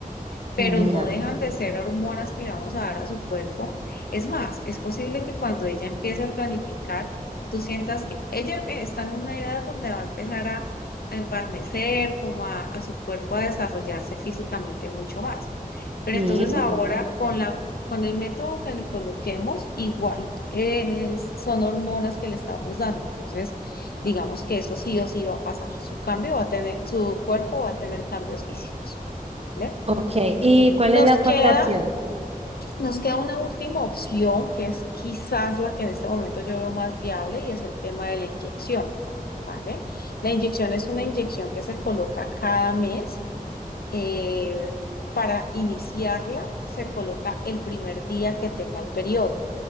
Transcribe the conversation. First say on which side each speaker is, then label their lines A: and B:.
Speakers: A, on the left; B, on the right.
A: pero
B: ya.
A: no dejan de ser hormonas que le vamos a dar a su cuerpo. Es más, es posible que cuando ella empiece a planificar, tú sientas que ella eh, está en una edad donde va a empezar a, a embarnecer, como a, a su cuerpo a desarrollarse físicamente mucho más. Pero
B: Sí.
A: entonces ahora
B: Ya.
A: con la, con el método que le coloquemos, igual es- son hormonas que le estamos dando. Entonces, digamos que eso sí o sí va a pasar. Su cambio va a tener, su cuerpo va a tener cambios físicos. ¿Vale?
B: Ok. ¿Y cuál
A: Nos
B: es la cuarta
A: queda,
B: opción?
A: nos queda una última opción que es quizás la que en este momento yo veo más viable y es el tema de la inyección, ¿vale? La inyección es una inyección que se coloca cada mes. eh, para iniciarla se coloca el primer día que tenga el periodo.